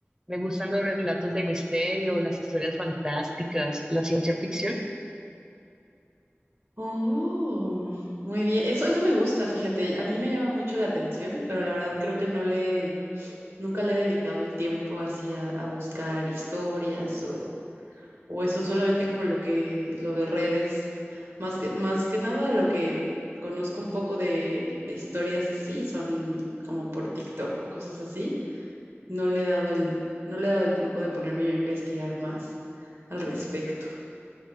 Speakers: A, on the right; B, on the right.
A: Me gustan los relatos de misterio, las historias fantásticas, la ciencia ficción.
B: Oh, muy bien. Eso, eso me gusta, fíjate. A mí me llama mucho la atención, pero la verdad creo que no le, nunca le he dedicado el tiempo así a, a buscar historias o eso solamente como lo que, lo de redes. Más que, más que nada lo que conozco un poco de, de historias así son como por TikTok o cosas así. No le he dado el, no le he dado el tiempo de ponerme yo a investigar más al respecto.